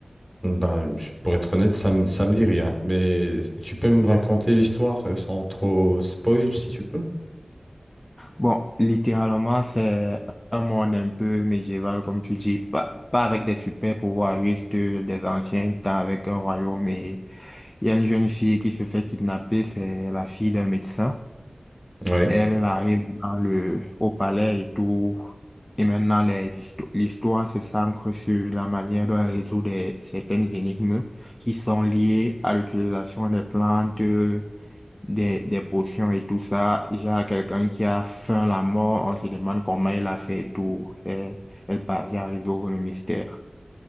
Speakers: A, in the centre; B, on the left (about 20°).
A: Bah, je- pour être honnête, ça me, ça me dit rien. Mais tu peux me raconter l'histoire euh, sans trop spoil, si tu peux?
B: Bon, littéralement, c'est un monde un peu médiéval comme tu dis, pas, pas avec des super pouvoirs, juste euh, des anciens temps avec un royaume et il y a une jeune fille qui se fait kidnapper, c'est la fille d'un médecin.
A: Oui.
B: Elle arrive dans le, au palais et tout. Et maintenant, les histo- l'histoire se centre sur la manière de résoudre des- certaines énigmes qui sont liées à l'utilisation des plantes, euh, des, des potions et tout ça. Il y a quelqu'un qui a faim, la mort, on se demande comment il a fait et tout. Et elle parvient à résoudre le mystère.